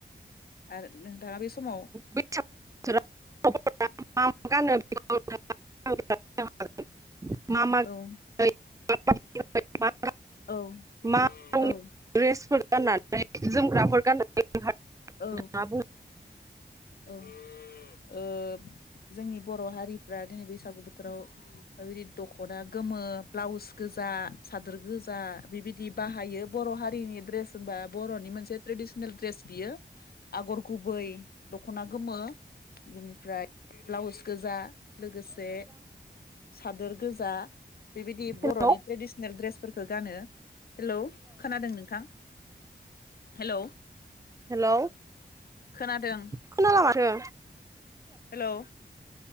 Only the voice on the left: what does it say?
आरो नोंथाङा बे समाव
औ।
औ
औ।
औ
औ ओ जोंनि बर' हारिफ्रा दिनै बैसागु बोथोराव बेबायदि दख'ना गोमो ब्लाउस गोजा सादोर गोजा बिबायदि बाहायो बर' हारिनि ड्रेस होमबा बर'नि मोनसे ट्रेडिसनेल ड्रेस बियो आगर गुबै दख'ना गोमो बिनिफ्राय ब्लाउस गोजा लोगोसे सादोर गोजा। बेबायदि
बर'नि ट्रेडिसनेल दड्रेसफोरखो गानो हेलौ खोनादों नोंथां। हेलौ।
खोनादों
हेलौ।